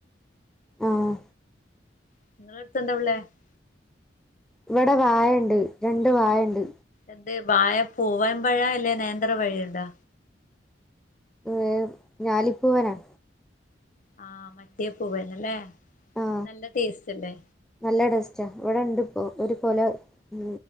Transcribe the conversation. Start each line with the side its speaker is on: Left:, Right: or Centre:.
Centre: ആഹ്
Left: <unintelligible>
Centre: ഇവിടെ വായണ്ട് രണ്ട് വായ ഉണ്ട്
Left: എന്ത് വാഴ പൂവൻ പഴാ അല്ലേ നേന്ത്ര പഴണ്ടാ
Centre: ഏ ഞാലിപ്പൂവന
Left: ആ മറ്റേ പൂവന്നല്ലേ
Centre: ആ
Left: നല്ല ടേസ്റ്റ് അല്ലേ
Centre: നല്ല ടേസ്റ്റാ, ഇവിടെ ഉണ്ട് ഇപ്പോ ഒരുകുല ഉ